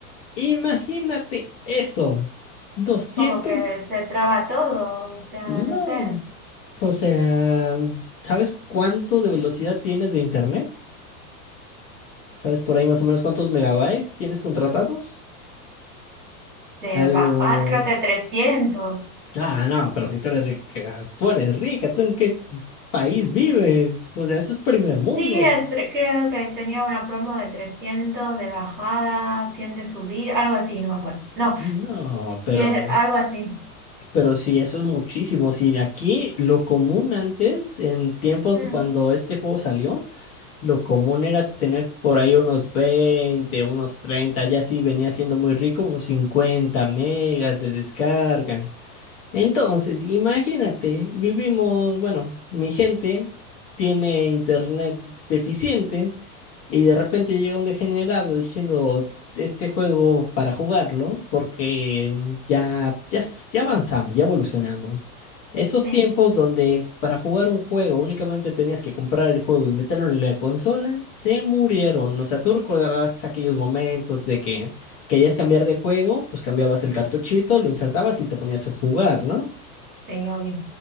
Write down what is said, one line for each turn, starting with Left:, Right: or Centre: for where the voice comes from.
Left: Imagínate eso. doscientos,
Right: como que se traba todo, o sea,
Left: no.
Right: no sé,
Left: O sea, ¿sabes cuánto de velocidad tienes de internet? ¿Sabes por ahí más o menos cuántos megabytes tienes contratados?
Right: de
Left: Algo...
Right: bajar, creo que trescientos
Left: Ah, no, pero si tú eres rica, tú eres rica, ¿tú en qué país vives? O sea, eso es primer mundo.
Right: Sí, entre- creo que tenía una promo de 300 de bajada, 100 de subida, algo así, no me acuerdo. No,
Left: No,
Right: sí,
Left: pero,
Right: algo así.
Left: pero sí, eso es muchísimo. Si de aquí lo común antes, en tiempos
Right: Mm,
Left: cuando este juego salió, Lo común era tener por ahí unos veinte, unos treinta. ya sí venía siendo muy rico, unos 50 megas de descarga. Entonces, imagínate, vivimos, bueno, mi gente tiene internet deficiente, y de repente llega un degenerado diciendo este juego para jugarlo, porque mm, ya, ya, s- ya avanzamos, ya evolucionamos. Esos
Right: sí,
Left: tiempos donde para jugar un juego únicamente tenías que comprar el juego y meterlo en la consola, se murieron. O sea, tú recordarás aquellos momentos de que querías cambiar de juego, pues cambiabas el cartuchito, lo insertabas y te ponías a jugar, ¿no?
Right: sí, obvio.